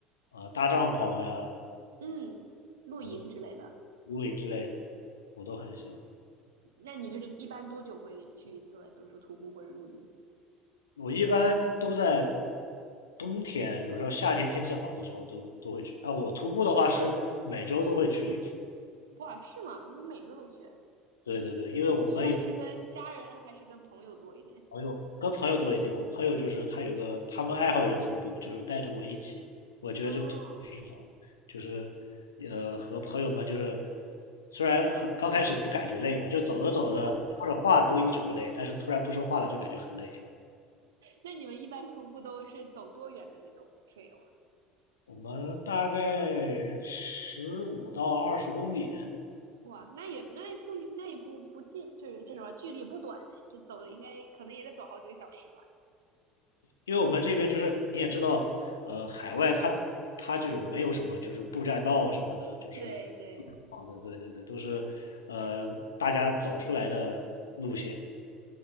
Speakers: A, on the left (about 80°); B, on the right (about 75°).
A: 呃搭帐篷呀，
B: 嗯，露营之类的。
A: 我都露营之类的，我都很喜欢。
B: 那你就是一般多久会去一次嘞？比如说徒步或者露营？
A: 我一般都在冬天，有时候夏天天气好的时候都都会去。啊，我徒步的话是每周都会去一次。
B: 哇，是吗？你每周都去？
A: 对对对，因为我们有
B: 你一般是跟家人还是跟朋友多一点？
A: 朋友跟朋友多一点，我朋友就是他有个他们爱好也是徒步，就是带着我一起，我觉得就徒步挺好的就是
B: 哦，
A: 呃和朋友们就是虽然很刚开始不感觉累嘛，就走着走着说着话都一直不累，
B: 嗯，
A: 但是突然不说话了就感觉很累。
B: 那你们一般徒步都是走多远的那种 trail 啊？
A: 我们大概十五到二十公里，
B: 哇，那也那也不那也不不近，就是这种距离也不短呢。这走的应该可能也得走好几个小时吧。
A: 因为我们这边就是你也知道，
B: 我
A: 呃，海外它它这种没有什么就是步栈道什么的，就是
B: 对对，
A: 好的，对对对，都是呃大家走出来的路线。